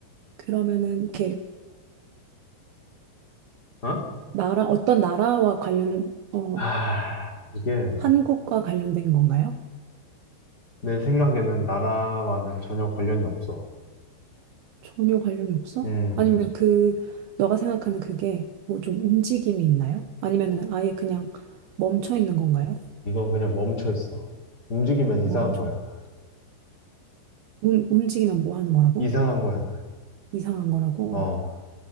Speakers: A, on the right; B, on the left.
A: 그러면은, 이렇게,
B: 어?
A: 나라, 어떤 나라와 관련, 어,
B: 아, 이게
A: 한국과 관련된 건가요?
B: 내 생각에는 나라와는 전혀 관련이 없어.
A: 전혀 관련이 없어?
B: 음,
A: 아니면 그, 너가 생각하는 그게 뭐 좀 움직임이 있나요? 아니면은 아예 그냥 멈춰 있는 건가요?
B: 이건 그냥 멈춰 있어. 움직이면
A: 멈춰.
B: 이상한 거야.
A: 움, 움직이면 뭐 하는 거라고?
B: 이상한 거야.
A: 이상한 거라고?
B: 어,